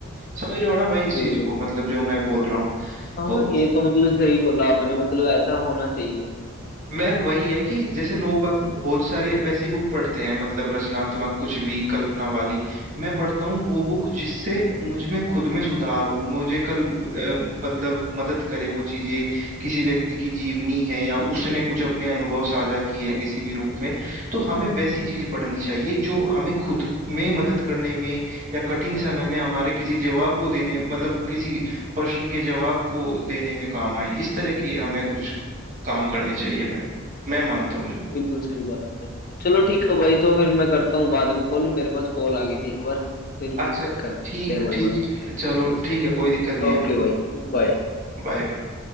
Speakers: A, on the right (about 35°); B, on the left (about 40°).
A: समझ रहे हो ना भाई इस
B: बिल्कुल
A: चीज को
B: भाई
A: मतलब जो मैं बोल रहा हूँ
B: हाँ
A: तो
B: ये तो मतलब सही बोला आपने मतलब ऐसा होना चाहिए
A: मैं वही है कि जैसे लोग बाग बहुत सारे वैसी बुक पढ़ते हैं मतलब रचनात्मक कुछ भी कल्पना वाली मैं पढ़ता हूँ वो बुक जिससे मुझ में खुद में सुधार हो मुझे कल अ, मतलब मदद करे वो चीजें किसी व्यक्ति की जीवनी है या उसने कुछ अपने अनुभव साझा किए है किसी भी रूप में तो हमें वैसी चीज पढ़नी चाहिए जो हमें खुद में मदद करने में या कठिन समय में हमारे किसी जवाब को देने मतलब किसी प्रश्न के जवाब को देने में काम आए इस तरह की हमें कुछ काम करनी चाहिए भाई मैं मानता हूँ जो
B: बिल्कुल सही बात कर रहे हैं। चलो ठीक है भाई तो फिर मैं करता हूँ बाद में कॉल मेरे पास कॉल आ गई थी एक बार फिर
A: अच्छा
B: करते
A: ठीक
B: हैं भाई
A: ठीक
B: बात
A: चलो ठीक है कोई दिक्कत नहीं
B: ओके
A: है भाई
B: भाई बाय
A: Bye bye